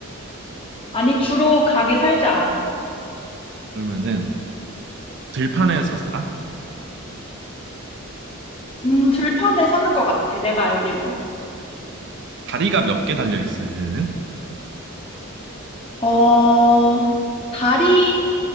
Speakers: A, on the left (about 25°); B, on the right (about 55°).
A: 아니, 주로 강에 살지 않아.
B: 그러면은 들판에서 살아?
A: 음, 들판에 사는 것 같아. 내가 알기론.
B: 다리가 몇 개 달려 있어, 얘네는?
A: 어, 다리